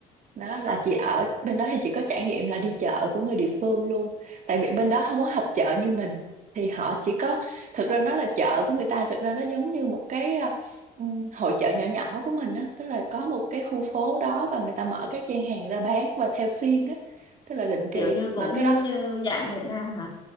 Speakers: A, on the right (about 50°); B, on the left (about 25°).
A: đó là
B: À,
A: chị ở bên đó thì chị có trải nghiệm là đi chợ của người địa phương luôn tại vì bên đó không có họp chợ như mình thì họ chỉ có thực ra nó là chợ của người ta thực ra nó giống như một cái ờ, ừm, hội chợ nhỏ nhỏ của mình á tức là có một cái khu phố đó và người ta mở các gian hàng ra bán và theo phiên á tức là định kỳ
B: kiểu như
A: mà
B: cũng
A: cái đó
B: như dạng Việt Nam hả